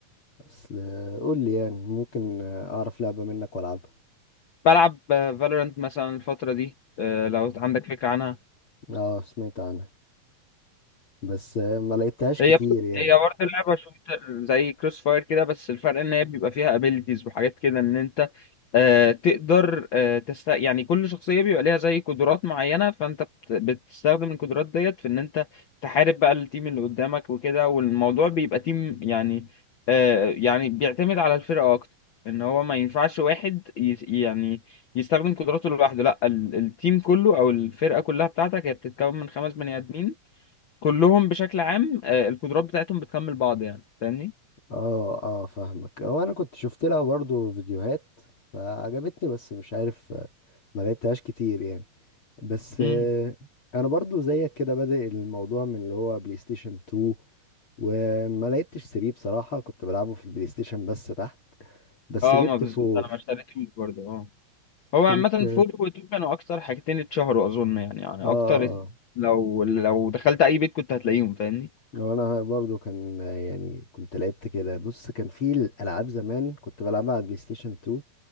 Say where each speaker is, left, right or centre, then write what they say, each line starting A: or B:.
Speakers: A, on the left; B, on the left.
A: اصل قول لي يعني ممكن اعرف لعبة منك والعبها
B: بلعب فالورانت مثلا الفتره دي آه، لو عندك فكره
A: اه سمعت عنها بس ما لعبتهاش كتير
B: هي بت-
A: يعني
B: هي برضه اللعبة شوتر زي كروس فاير كده بس الفرق ان هي بيبقى فيها ابيليتيز وحاجات كده ان انت آه تقدر آه تست يعني كل شخصية بيبقى ليها زي قدرات معينة فانت بت- بتستخدم القدرات ديت في ان انت تحارب بقى التيم اللي قدامك وكده والموضوع بيبقى تيم يعني آه يعني بيعتمد على الفرقة اكتر ان هو ما ينفعش واحد يس- يعني يستخدم قدراته لوحده لا ال- التيم كله او الفرقة كلها بتاعتك هي بتتكون من خمس بني ادمين كلهم بشكل عام آه، القدرات بتاعتهم بتكمل بعض يعني فاهمني
A: اه اه فاهمك هو انا كنت شفت لها برضو فيديوهات فعجبتني بس مش عارف ما لعبتهاش كتير يعني بس
B: امم
A: آه، انا برضو زيك كده بادئ الموضوع من اللي هو بلاي ستيشن 2 وما لعبتش 3 بصراحة كنت بلعبه في البلاي ستيشن بس تحت بس
B: اه
A: جبت
B: ما بالظبط
A: 4
B: انا ما اشتريتوش برضه اه هو
A: كنت
B: عامة فور وتو كانوا اكتر حاجتين اتشهروا اظن يعني يعني
A: اه
B: اكتر ات- لو لو دخلت اي بيت كنت هتلاقيهم فاهمني
A: لو انا برضو كان يعني كنت لعبت كده بص كان في الالعاب زمان كنت بلعبها على البلاي ستيشن 2